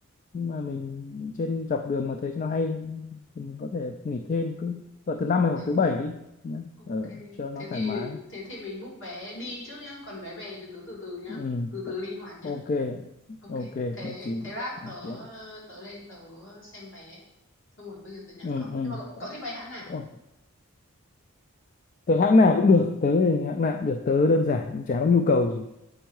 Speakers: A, on the left; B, on the left.
A: nhưng mà mình trên dọc đường mà thấy nó hay thì mình có thể nghỉ thêm cứ
B: Ừ,
A: vào thứ
B: Ok,
A: năm hoặc thứ bảy đi nhé
B: ok.
A: ờ, cho nó
B: Thế thì
A: thoải mái
B: thế thì mình book vé đi trước nhá, còn vé về thì cứ từ từ nhá,
A: ừ.
B: từ từ linh hoạt nhá.
A: ok
B: Ok.
A: ok
B: Thế
A: nhất trí
B: thế lát
A: ok
B: tớ tớ lên tớ xem vé, xong rồi có gì tớ nhắn
A: ừ,
B: cậu.
A: ừ.
B: Nhưng mà cậu, cậu thích bay hãng nào?
A: Ồ, Tớ hãng nào cũng được tớ thì hãng nào cũng được tớ đơn giản chả có nhu cầu gì